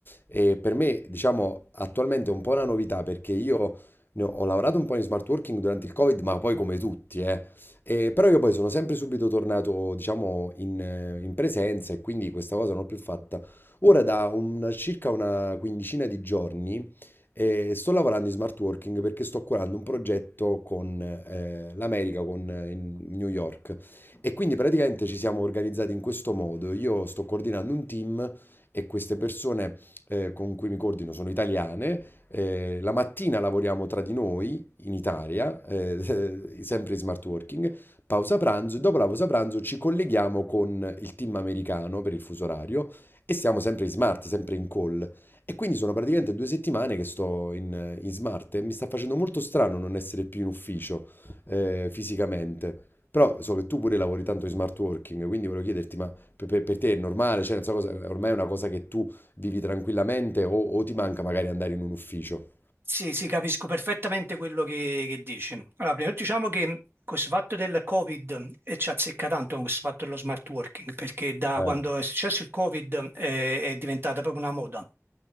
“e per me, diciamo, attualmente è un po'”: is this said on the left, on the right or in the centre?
Left